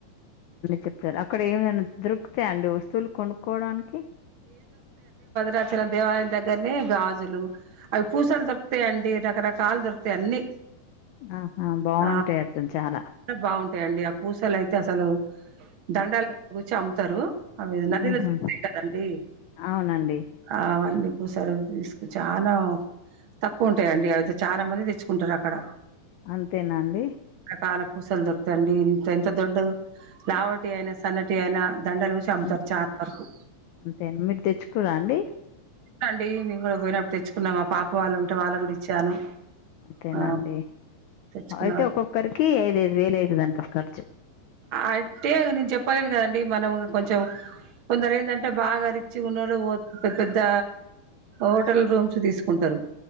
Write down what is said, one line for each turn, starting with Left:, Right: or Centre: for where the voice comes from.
Left: చెప్తారు అక్కడ ఏమైనా దొరుకుతాయి అండి వస్తువులు కొనుక్కోవడానికి
Right: దసర దేవాలయం దగ్గరని గాజులు అవి పూసలు దొరుతాయండి రకరకాలు దొరుకుతాయి అన్ని.
Left: ఆహా బావుంటాయి
Right: ఆ
Left: అట్టను చాలా
Right: బాగుంటాయండి ఆ పూసలు అయితే అసలు దండలు కూర్చి అమ్ముతారు. అవి నదిలో
Left: ఉహు
Right: జరుతాయి కదండి
Left: అవునండి
Right: అవన్నీ పూసలు తీసుకు చాలా తక్కువ ఉంటాయంండి అవితే చాలా మంది తెచ్చుకుంటారు అక్కడ
Left: అంతేనాండి
Right: చాలా పూసలు దొరుకుతాండి ఇంత ఎంత దొడ్డు లావటి అయినా, సన్నటి అయినా దండలు చమ్ముతారు
Left: హ్మ్.
Right: చాలా వరకు
Left: అంతేనా మీరు తెచ్చుకురా అండి
Right: అండి మేము కూడా పోయినప్పుడు తెచ్చుకున్నాం మా పాప వాళ్ళు ఉంటే వాళ్ళ కూడా ఇచ్చాను.
Left: అంతేనండి.
Right: ఆ తెచ్చుకున్నాం
Left: అయితే ఒక్కొక్కరికి ఐద ఐదు వేలు అవుతుందింటారు ఖర్చు
Right: అయితే నేను చెప్పలేను కదం డి మనం కొంచెం కొందరు ఏంటంటే బాగారిచ్చి ఉన్నులు పోదు పెద్ద పె ద్ద హోటల్ రూమ్స్ తీసుకుంటారు